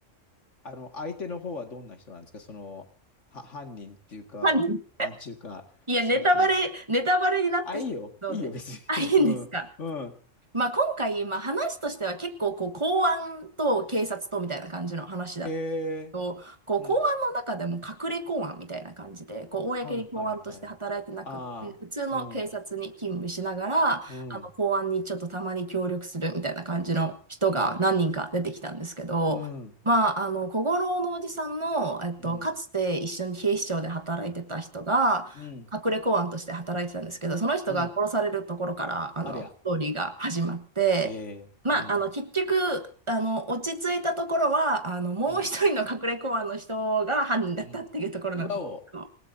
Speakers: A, on the left; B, on the right.
A: あの相手の方はどんな人なんですか、その、は、犯人っていうか、
B: 何
A: なんちゅうか、
B: いや、
A: そんな感じです。
B: ネタバレ、ネタバレになってしまうので。
A: あ、いいよ、いいよ、別に。
B: あ、いいんですか。
A: <laughs> うん、うん。
B: まあ、今回、まあ、話としては結構こう公安と警察とみたいな感じの話だったけ
A: へえ、
B: どこう公安の中でも隠れ公安みたいな感じでこう公に公安として働いてなくって普通の警察に勤務しながらあの公安にちょっとたまに協力するみたいな感じの人が何人か出てきたんですけど。
A: うん。はいはいはい。ああ、うん、うん、うん、うん、
B: まあ、あの、小五郎のおじさんの、えっと、
A: うん、
B: かつて一緒に警視庁で働いてた人が、
A: うん。
B: 隠れ公安として働いてたんですけど、その人が殺されるところから、
A: うん。
B: あの、
A: ありゃ。
B: ストーリーが始まって、
A: ええうん。
B: まあ、あの、結局、あの、落ち着いたところは、あの、もう一人の隠れ公安の人が犯人だったっていうところなんですけど、
A: うん。うん。うわお。